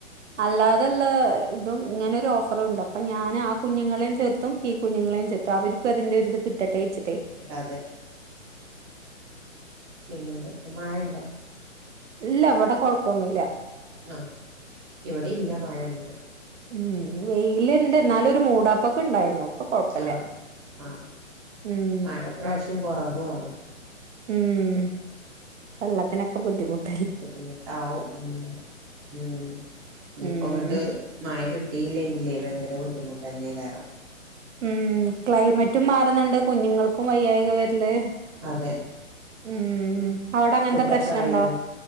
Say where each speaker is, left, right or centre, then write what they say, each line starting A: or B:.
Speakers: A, on the right; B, on the right.
A: അല്ലാതൊള്ള ഇതും ഇങ്ങനെ ഒരു ഓഫറുണ്ട് അപ്പൊ ഞാൻ ആ കുഞ്ഞുങ്ങളേയും ചേർ ത്തും ഈ കുഞ്ഞുങ്ങളേയും ചേർത്തും അവർക്കും അതിന്റെയൊരിത് കിട്ടട്ടെ വെച്ചിട്ടേ
B: കിട്ടാതെ പിന്നെന്തൊക്കെ മഴണ്ടോ
A: ഇല്ല ഇവിടെ കൊഴപ്പൊന്നൂല്ലാ
B: ആ ഇവിടെയില്ല മഴ ഇന്ന്
A: ഉം വെയില് ഇണ്ട് എന്നാലൊരു മൂടാപ്പൊക്കെ ഉണ്ടായിരുന്നു ഇപ്പൊ കൊഴപ്പല്ല
B: ആ ആ
A: ഉം
B: മഴ ഇപ്രാവശ്യം കൊറവുകാണും
A: ഉം വെള്ളത്തിനൊക്കെ ബുദ്ധിമുട്
B: ബുദ്ധിമുട്ടാവും ഉം ഉം ഇനിയിപ്പ
A: ഉം
B: അങ്ങിട്ട് മഴ കിട്ടിയില്ലെങ്കിൽ ഭയങ്കര ബുദ്ധിമുട്ട് തന്നെകരം
A: ഉം ക്ലൈമറ്റും മാറുന്നുണ്ട് കുഞ്ഞുങ്ങൾക്കും വയ്യായിക വരില്
B: അതെ
A: ഉം അവിടെ അങ്ങനത്തെ
B: ഫുഡൊക്കെ
A: പ്രശ്നണ്ടോ
B: ആയോ